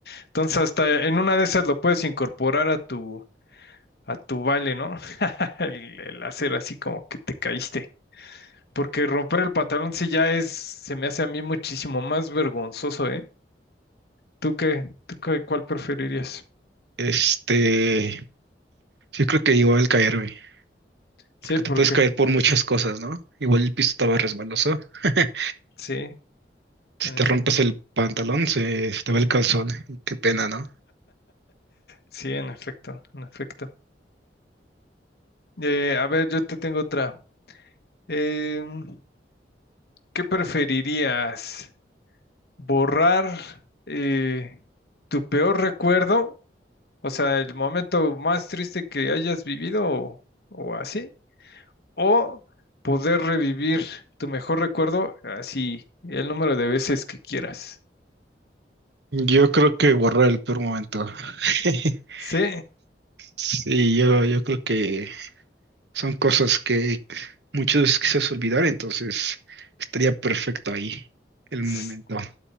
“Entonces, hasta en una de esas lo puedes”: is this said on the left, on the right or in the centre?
Left